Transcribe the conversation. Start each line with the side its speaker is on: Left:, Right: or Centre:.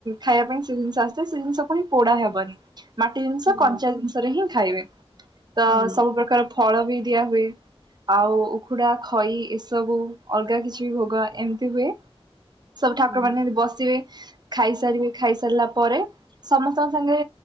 Right: ଖାଇବା ପାଇଁ ସେ ଜିନିଷ ଆସିଥାଏ ସେ ଜିନିଷ ପୁଣି ପୋଡା ହେବନି। ମାଟି ଜିନିଷ
Left: ହୁଁ
Right: କଞ୍ଚା ଜିନିଷରେ ହିଁ ଖାଇବେ ତ
Left: ହୁଁ
Right: ସବୁ ପ୍ରକାର ଫଳ ବି ଦିଆ ହୁଏ। ଆଉ ଉକୁୁଡ଼ା ଖଇ ଏସବୁ ଅଲଗା କିଛି ଭୋଗ ଏମିତି ହୁଏ। ସବୁ ଠାକୁରମାନେ
Left: ହୁଁ
Right: ବସିବେ ଖାଇସାରିବେ ଖାଇସାରିଲା ପରେ ସମସ୍ତଙ୍କ ସାଙ୍ଗେ